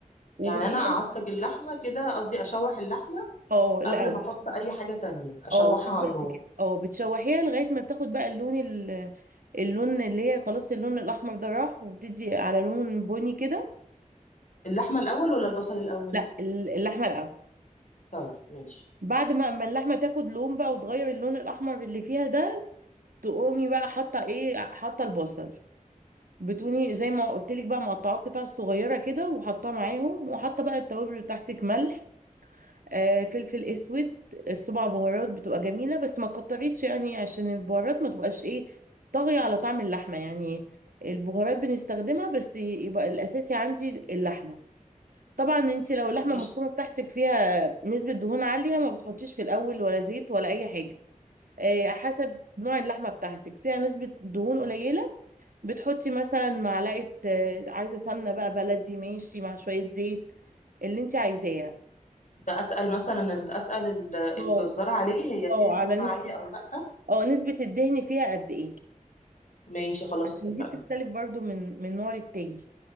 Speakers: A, on the right; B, on the left.
A: وبسيب
B: يعني انا اعصج اللحمه كده قصدي اشوح اللحمه
A: اه الأول
B: قبل ما احط اي حاجه تانية اشوحها
A: اه بالظبط
B: على النار
A: كده اه بتشوحيها لغاية ما بتاخد بقى اللون ال... اللون اللي هي خلاص اللون الأحمر ده راح وبتدي على لون بني كده
B: اللحمه الاول ولا البصل الاول
A: لا اللحمة الأول
B: طيب ماشي
A: بعد ما ما اللحمة تاخد لون بقى وتغير اللون الأحمر اللي فيها ده تقومي بقى حاطه ايه حاطه البصل بتقومي زي ما قلت لك بقى مقطعاه قطع صغيره كده وحاطاه معاهم وحاطه بقى التوابل بتاعتك ملح آه فلفل اسود السبع بهارات بتبقى جميله بس ما تكتريش يعني عشان البهارات ما تبقاش ايه طاغيه على طعم اللحمه يعني البهارات بنستخدمها بس يبقى الاساسي عندي اللحمه طبعا انت لو اللحمه
B: ماشي
A: المفرومه بتاعتك فيها نسبه دهون عاليه ما بتحطيش في الاول ولا زيت ولا اي حاجه آه، حسب نوع اللحمه بتاعتك فيها نسبه دهون قليله بتحطي مثلا معلقة آه، عايزة سمنة بقى بلدي ماشي مع شوية زيت اللي انت عايزاه
B: ده اسال مثلا ال- اسال ال- الجزار
A: اه
B: عليه هي فيها
A: اه
B: دهون
A: على نسبة
B: عاليه او لا
A: اه نسبة الدهن فيها قد ايه
B: ماشي خلاص
A: عشان
B: اتفقنا
A: دي بتختلف برضو من من نوع للتاني